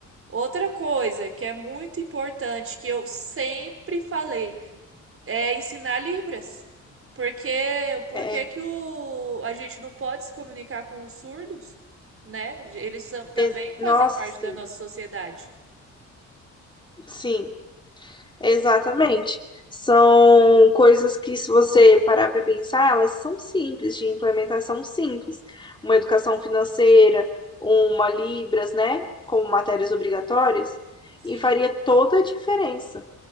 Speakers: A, on the right (about 45°); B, on the left (about 15°).
A: Outra coisa que é muito importante, que eu sempre falei, é ensinar Libras. Porque, por
B: É,
A: que que o, a gente não pode se comunicar com os surdos, né? Eles são- também
B: ex-
A: fazem
B: nossa,
A: parte
B: sim,
A: da nossa sociedade.
B: sim. Exatamente. São coisas que, se você parar para pensar, elas são simples, de implementação simples. Uma educação financeira, uma Libras, né? Como matérias obrigatórias,
A: Sim.
B: e faria toda a diferença.